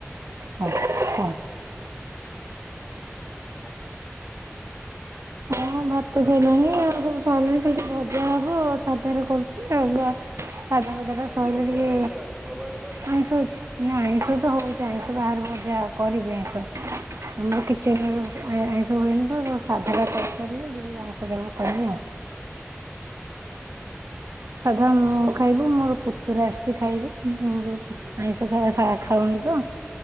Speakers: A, on the right; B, on the right.
A: ହ ହ
B: ହ ହ
A: ହଁ ଭାତ ଶଇଲାଣି ଆଉ ସବୁ ଚାଲିଚି ଆଜି ଭଜା ହବ ଆଉ ସାଧାରେ କରୁଛି ଆ ଭଜା ଫଜା
B: କାଇଁ
A: ଟା ସହଜେ
B: ଆଜି ରବିବାରେ
A: ଟିକେ
B: ଆଇଁଷ ହବା କଥା
A: ଆଇଁଷ ଅଛି ନା ଆଇଁଷ ସେ ତ ହଉଛି ଆଇଁଷ ବାହାରୁ ମଜା କରିବି ଆଇଁଷ ଆମର କିଚେନ୍
B: ଆଚ୍ଛା
A: ରେ ଆଇଁଷ ଇନ୍ତୁ ସାଧଟା କରିସାରିଲେ ଯିବି ଆଉଁସଟା କରିବୁ ଆଉ।
B: ଓ ହୋ ହଁ
A: ଆ ମୁଁ ଖାଇବୁ
B: କଣ ଆଜି
A: ମୋର ପୁତୁରା ଆସିଚି ଖାଇବ ମୁ ଯେଉ ଆଇଁଷ
B: ଆଚ୍ଛା ଆଚ୍ଛା
A: ଖାଇବା ସା ଖାଉନି ତ